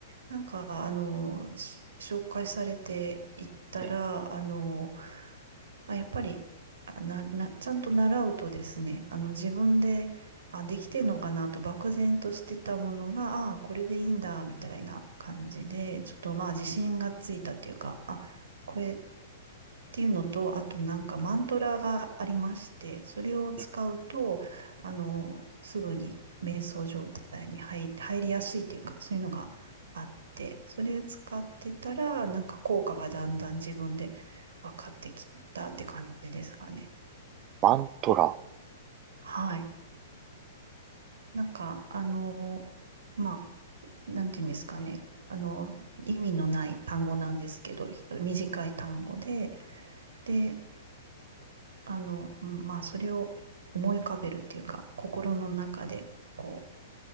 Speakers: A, on the right; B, on the right.
A: なんか、あの、し紹介されていったら、
B: え
A: あの、あ、やっぱり、あな、な、ちゃんと習うとですね、あの、自分で、あ、できてんのかなと漠然としてたものが、あ、これでいいんだ、みたいな感じで、ちょっとまあ自信がついたっていうか、あ、これっていうのと、あとなんかマントラがありまして、それを使うと、
B: ー、えー
A: あの、すぐに瞑想状態に入、入りやすいというか、そういうのがあって、それを使ってたら、なんか効果がだんだん自分で分かってきたって感じですかね。
B: マントラ。
A: はい。なんか、あの、まあ、なんていうんですかね。あの、意味のない単語なんですけど、短い単語で、で、あの、うんまあ、それを思い浮かべるっていうか、心の中で、こ